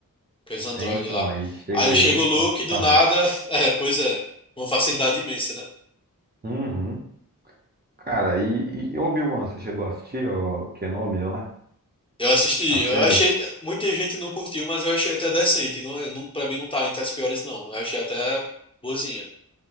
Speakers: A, on the left (about 15°); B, on the right (about 30°).
A: aqueles androides
B: É, então,
A: lá.
B: aí chega
A: Aí
B: ele
A: chega o
B: e passa
A: Luke,
B: o sarrafo.
A: do nada, <laughs> é, pois é, uma facilidade imensa, né?
B: Uhum. Cara, e, e e Obi-Wan, você chegou a assistir o Kenobi lá?
A: Eu assisti,
B: A série?
A: eu achei, muita gente não curtiu, mas eu achei até decente. Não, é- não, para mim não tá entre as piores, não. Eu achei até boazinha.